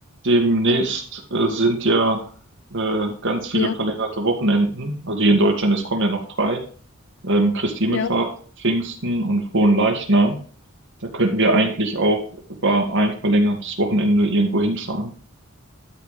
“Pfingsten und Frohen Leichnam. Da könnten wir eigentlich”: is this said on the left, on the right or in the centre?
Right